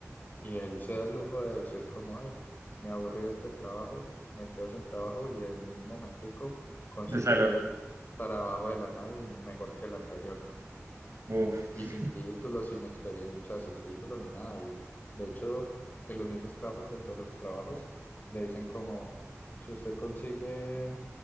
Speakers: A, on the left (about 35°); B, on the right (about 70°).
A: y él se da el lujo de decir como, ay, me aburrí de este trabajo, me quedo sin trabajo y en un momentico consigue
B: De salud.
A: trabajo de la nada y mejor que el anterior
B: Uf,
A: y sin título, sin experiencia, o sea, sin título ni nada. Y de hecho, en los mismos trabajos, dentro de los trabajos, le dicen como, si usted consigue